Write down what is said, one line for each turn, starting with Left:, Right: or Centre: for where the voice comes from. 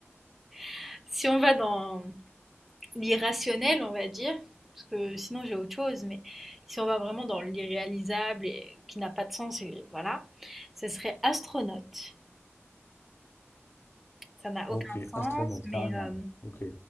Centre: <laughs> si on va dans l'irrationnel, on va dire, parce que sinon j'ai autre chose, mais si on va vraiment dans l'irréalisable et qui n'a pas de sens, et voilà, ce serait astronaute. Ça n'a
Left: Ok,
Centre: aucun sens,
Left: astronaute,
Centre: mais
Left: carrément.
Centre: euh,
Left: Ok.